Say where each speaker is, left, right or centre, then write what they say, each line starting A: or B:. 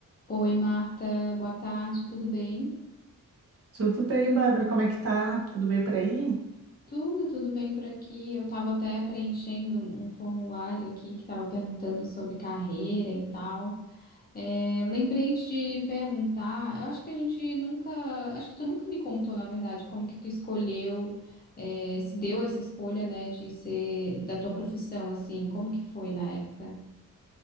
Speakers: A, on the left; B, on the right.
A: Oi, Marta, boa tarde, tudo bem?
B: Tudo bem, Bárbara? Como é que tá? Tudo bem por aí?
A: Tudo, tudo bem por aqui. Eu estava até preenchendo um um formulário aqui que estava perguntando sobre carreira e tal. É, lembrei de te perguntar, eu acho que a gente nunca, acho que tu nunca me contou, na verdade, como que tu escolheu, é, se deu essa escolha, né, de ser da tua profissão, assim, como que foi na época?